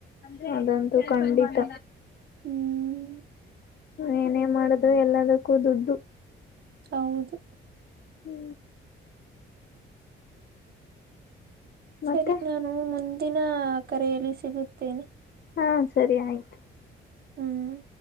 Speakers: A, on the left; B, on the right.
A: ಅಂದ್ರೆ ಅದಂತೂ ಖಂಡಿತ
B: ಹ್ಮ್
A: ಏನೇ ಮಾಡುದ್ರು ಎಲ್ಲದಕ್ಕೂ ದುಡ್ಡು
B: ಹೌದು
A: ಹೂ ಮತ್ತೆ
B: ಸರಿ ನಾನು ಮುಂದಿನ ಕರೆಯಲ್ಲಿ ಸಿಗುತ್ತೇನೆ
A: ಹಾ ಸರಿ ಆಯ್ತ
B: ಹ್ಮ್ಮ್